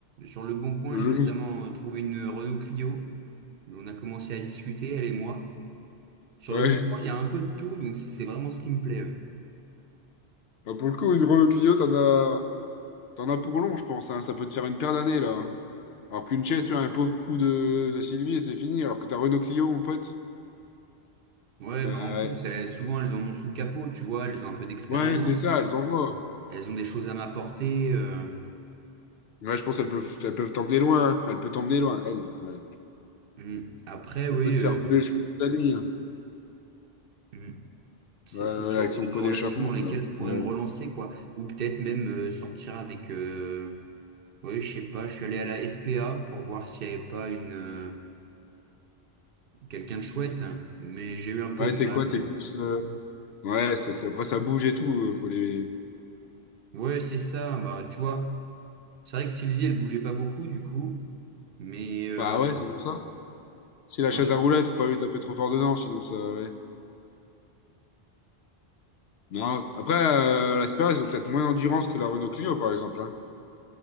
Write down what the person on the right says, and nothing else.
Sur Le Bon Coin,
j'ai notamment euh, trouvé une Renault Clio. On a commencé à discuter, elle et moi. Sur
Le Bon Coin, il y a un peu de tout, donc c'est vraiment ce qui me plaît. euh.
Ouais,
bah en plus, elles- souvent, elles en ont sous le capot, tu vois, elles ont un peu d'expérience.
Elles ont des choses à m'apporter. euh,
mm. Après,
oui,
euh,
mm. C'est
c'est le genre
de, de
relation
dans lesquelles
je pourrais
me
relancer, quoi. Ou peut-être même euh, sortir avec. Euh, oui, je sais pas. Je suis allé à la SPA pour voir s'il n'y avait pas une euh, quelqu'un de chouette, mais j'ai eu un peu
de
mal.
euh.
Ouais, c'est ça. Bah, tu vois, c'est vrai que Sylvie, elle bougeait pas beaucoup, du coup. Mais euh,
ouais,